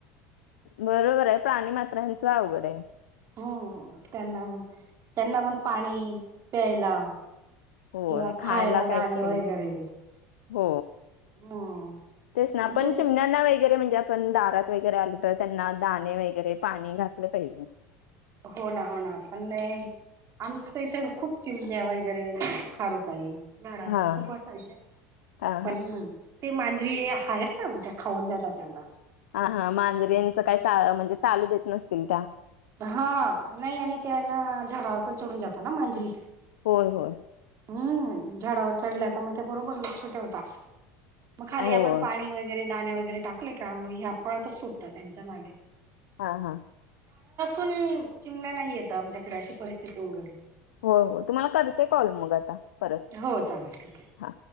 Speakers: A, on the left; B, on the right.
A: बरोबर आहे प्राणी मात्रांचं अवघड आहे.
B: हम्म त्यांना मग त्यांना मण पाणी प्यायला.
A: होय
B: किंवा खायला
A: काहीतरी
B: दाणे वगैरे.
A: हो
B: हम्म
A: तेच ना
B: आमच्या
A: पण
B: इथे
A: चिमण्यांना वगैरे म्हणजे आपण दारात वग. वगैरे आलं तर त्यांना दाणे वगैरे पाणी घातले पाहिजे.
B: हो ना हो ना पण नाही आमच इथे खूप चिम द्यावायची. झाडवर
A: हा
B: खप असाय
A: हा
B: पण
A: हा
B: मा. स्त्री आहेत आहेत का म्हण खाऊन जातात त्यांना.
A: हा हा मांजरे यांचं काय म्हणजे चालू देत नसतील त्या.
B: हा नाही आणि ते आहे ना झाडावर पण चढून जाता ना मांजरी.
A: होय होय.
B: हम्म झाडावर चढल्या का मग ते बरोबर लक्ष ठेवता. मग खाली
A: होय
B: आपण पाणी वगैरे दाणे वगैरे टाकले का मग ह फळातच सुटत त्यांच्या मागे
A: हा हा.
B: ून चिमण्या नाही येतं आमच्याकडे अशी परिस्थिती उंगली
A: हो हो तुम्हाला करते कॉल मग आता परत
B: हो चालेल ठीक आहे.
A: हा